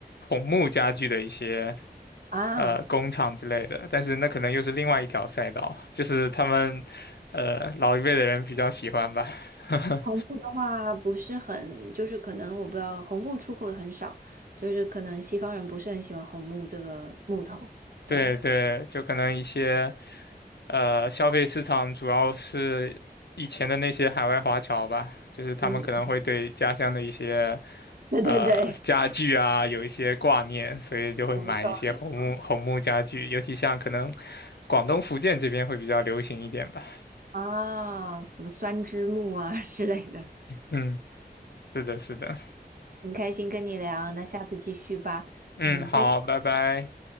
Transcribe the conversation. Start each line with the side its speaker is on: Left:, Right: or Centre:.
Left: 红木家具的一些
Right: 啊。
Left: 呃工厂之类的，但是那可能又是另外一条赛道，就是他们呃老一辈的人比较喜欢吧。<laughs>
Right: 红木的话不是很，就是可能我不知道，红木出口的很少，就是可能西方人不是很喜欢红木这个木头。对，
Left: 对对，就可能一些，呃，消费市场主要是以前的那些海外华侨吧，就是他们可能会对家乡的一些，
Right: 嗯 <laughs>，对对对，
Left: 呃，家具啊有一些挂念，所以就会买一些红木红木家具，
Right: 没错没错。
Left: 尤其像可能广东、福建这边会比较流行一点吧。
Right: 啊，什么酸枝木啊之类的，
Left: 嗯，是的，是的。
Right: 很开心跟你聊，那下次继续吧。
Left: 嗯，
Right: 嗯，
Left: 好，
Right: 再见。
Left: 拜拜。